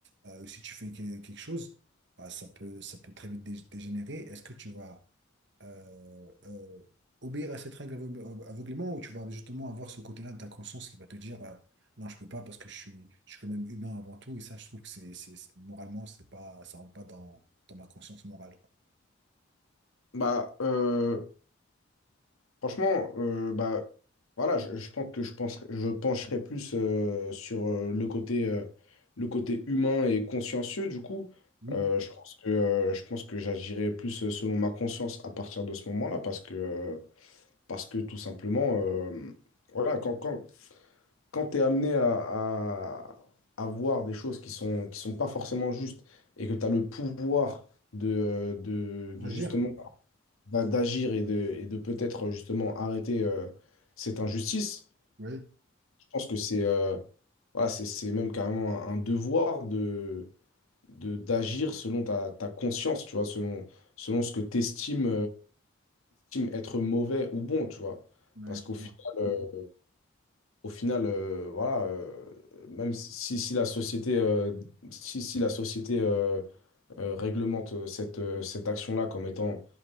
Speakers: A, on the right; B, on the left.
A: euh, si tu fais que- quelque chose bah, ça peut ça peut très vite dé- dégénérer. Est-ce que tu vas euh, euh, obéir à cette règle aveugle- aveuglément où tu vas justement avoir ce côté-là de ta conscience qui va te dire euh, non, je peux pas parce que je suis, je suis quand même humain avant tout. Et ça, je trouve que c'est, c'est, c'est- moralement, c'est pas, ça rentre pas dans, dans ma conscience morale. quoi.
B: Bah, euh, franchement, euh, bah, voilà, je, je pense que je penserai, je pencherai plus euh, sur euh, le côté, euh, le côté humain et consciencieux, du coup.
A: Oui,
B: Euh, je pense que, euh, je pense que j'agirai plus euh, selon ma conscience à partir de ce moment-là, parce que, euh, parce que tout simplement, euh, voilà, quand, quand, quand tu es amené à, à, à voir des choses qui sont, qui sont pas forcément justes et que tu as le pouvoir de, euh, de, de
A: agir, quoi.
B: d'a- d'agir et de, et de peut-être justement arrêter euh, cette injustice.
A: Oui,
B: Je pense que c'est euh, voilà, c'est, c'est même carrément un, un devoir de, de, d'agir selon ta, ta conscience, tu vois, selon, selon ce que tu estimes, être mauvais ou bon, tu vois.
A: ouais,
B: Parce
A: je
B: qu'au final,
A: vois.
B: euh, au final euh, voilà, euh, même si, si la société, euh, si, si la société euh, euh, réglemente euh, cette, euh, cette action-là comme étant